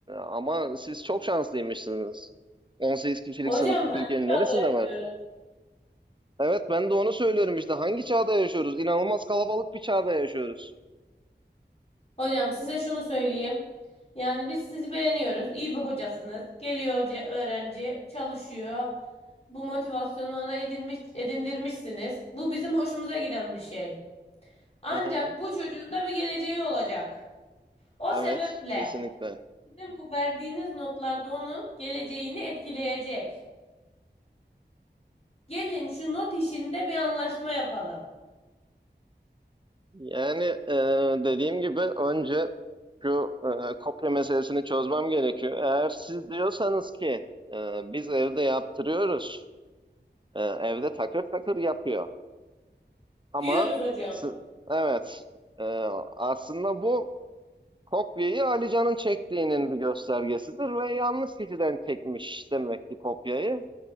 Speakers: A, on the right; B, on the left.
A: ama siz çok şanslıymışsınız. 18 kişilik
B: Hocam
A: sınıf
B: hangi
A: Türkiye'nin
B: çağda
A: neresinde
B: yaşıyoruz?
A: var? Evet ben de onu söylüyorum işte. Hangi çağda yaşıyoruz? İnanılmaz kalabalık bir çağda yaşıyoruz.
B: Hocam size şunu söyleyeyim. Yani biz sizi beğeniyoruz. İyi bir hocasınız. Geliyor hoca, öğrenci, çalışıyor. Bu motivasyonu ona edinmiş, edindirmişsiniz. Bu bizim hoşumuza giden bir şey. Ancak
A: Hı hı.
B: bu çocuğun da bir geleceği olacak. O
A: Evet,
B: sebeple
A: kesinlikle.
B: sizin bu verdiğiniz notlarda onun geleceğini etkileyecek. Gelin şu not işinde bir anlaşma yapalım.
A: Yani e, dediğim gibi önce şu e, kopya meselesini çözmem gerekiyor. Eğer siz diyorsanız ki e, biz evde yaptırıyoruz, e, evde takır takır yapıyor. Ama
B: Diyoruz hocam.
A: si- evet e, aslında bu kopyayı Ali Can'ın çektiğinin bir göstergesidir ve yanlış kişiden çekmiş demek ki kopyayı.